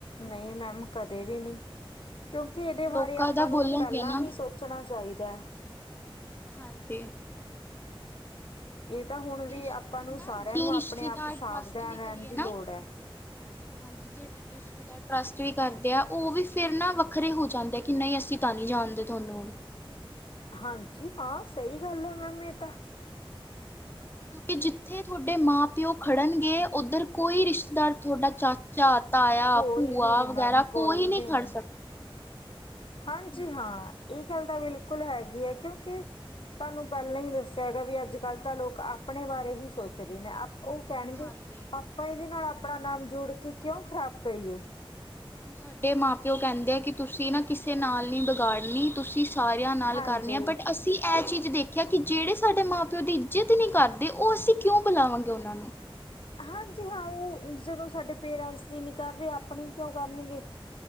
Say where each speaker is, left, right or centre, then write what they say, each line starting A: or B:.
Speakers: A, on the left (about 65°); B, on the left (about 25°).
A: ਨਈ ਮੈਮ ਕਦੇ ਵੀ ਨਈ ਕਿਉਂਕਿ ਇਦੇ
B: ਲੋਕਾਂ
A: ਬਾਰੇ ਆਪਾਂ
B: ਦਾ
A: ਨੂੰ
B: ਬੋਲਣਗੇ
A: ਪੈਲਾਂ
B: ਨਾ
A: ਹੀ ਸੋਚ ਸੋਚਣਾ ਚਾਈਦੈ।
B: ਹਾਂਜੀ।
A: ਇਹ ਤਾਂ ਹੁਣ
B: ਕੀ
A: ਵੀ
B: ਰਿਸ਼ਤੇਦਾਰ
A: ਆਪਾਂ ਨੂੰ ਸਾਰਿਆਂ ਨੂੰ ਆਪਣੇ ਆਪ ਸਾਵਧਾਨ
B: ਟਰੱਸਟ ਵੀ ਕਰੀਏ
A: ਰਹਿਣ ਦੀ
B: ਨਾ
A: ਲੋੜ ਹੈ
B: ਹਾਂਜੀ ਜਿਹੜੇ ਰਿਸ਼ ਟਰੱਸਟ ਵੀ ਕਰਦੇ ਆ, ਉਹ ਵੀ ਫਿਰ ਨਾ ਵੱਖਰੇ ਹੋ ਜਾਂਦੇ ਆ ਕਿ ਨਹੀਂ ਅਸੀਂ ਤਾਂ ਨਹੀਂ ਜਾਣਦੇ ਤੁਹਾਨੂੰ
A: ਹਾਂਜੀ ਹਾਂ ਸਹੀ ਗੱਲ ਐ ਮੈਮ ਇਹ ਤਾਂ
B: ਕਿਉਂਕਿ ਜਿੱਥੇ ਤੁਹਾਡੇ ਮਾਂ- ਪਿਓ ਖੜਨਗੇ ਉੱਧਰ ਕੋਈ ਰਿਸ਼ਤੇਦਾਰ ਤੁਹਾਡਾ ਚਾਚਾ ਚਾਚਾ, ਤਾਇਆ,
A: ਕੋਈ
B: ਭੂਆ
A: ਵੀ ਨਹੀਂ ਮੈਮ
B: ਵਗੈਰਾ ਕੋਈ ਨਈ
A: ਵੀ
B: ਖੜ
A: ਨਹੀਂ
B: ਸਕਦਾ
A: ਹਾਂਜੀ
B: ਹਮ
A: ਹਾਂ, ਇਹ ਗੱਲ ਤਾਂ ਬਿਲਕੁਲ ਹੈਗੀ ਐ ਕਿਉਂਕਿ ਤਾਨੂੰ ਪਹਿਲਾਂ ਈ ਦੱਸਿਆ ਹੈਗਾ ਵੀ ਅੱਜ -ਕੱਲ ਤਾਂ ਲੋਕ ਆਪਣੇ ਬਾਰੇ ਹੀ ਸੋਚਦੇ ਨੇ ਉਹ ਕਹਿਣਗੇ,
B: ਹਾਂਜੀ
A: ਆਪਾਂ ਇਹਦੇ ਨਾਲ ਆਪਣਾ ਨਾਮ ਜੋੜ ਕੇ ਕਿਉਂ ਖ਼ਰਾਬ ਕਰੀਏ।
B: ਸਾਡੇ ਮਾਂ- ਪਿਓ ਕਹਿੰਦੇ ਆ ਕਿ ਤੁਸੀਂ ਨਾ ਕਿਸੇ ਨਾਲ ਨੀ ਬਗਾੜਨੀ ਤੁਸੀਂ ਸਾਰਿਆਂ ਨਾਲ
A: ਹਾਂਜੀ
B: ਕਰਨੀ ਆ ਬਟ ਅਸੀਂ ਇਹ ਚੀਜ਼ ਦੇਖਿਆ ਕਿ ਜਿਹੜੇ ਸਾਡੇ ਮਾਂ- ਪਿਓ ਦੀ ਇੱਜ਼ਤ ਨਈ ਕਰਦੇ ਉਹ ਅਸੀਂ ਕਿਉਂ ਬੁਲਾਵਾਂਗੇ ਉਹਨਾਂ ਨੂੰ
A: ਹਾਂਜੀ ਹਾਂ ਉਹ ਜਦੋਂ ਸਾਡੇ ਪੇਰੈਂਟਸ ਦੀ ਨੀ ਕਰ ਰਹੇ ਆਪਣੀ ਕਿਉਂ ਕਰਨਗੇ।